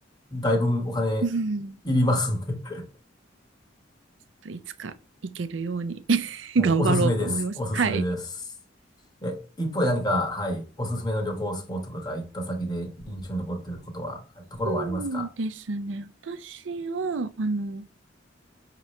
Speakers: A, on the left; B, on the right.
A: だいぶんお金
B: う。うん。
A: いりますんで <laughs>
B: と、いつか行けるように <laughs>
A: もうおすすめです。
B: 頑張ろうと思います。
A: おすすめです。
B: はい。
A: え、一方で何か、はい、おすすめの旅行スポットとか行った先で印象に残っていることは、ところはありますか
B: そうですね。私は、あの、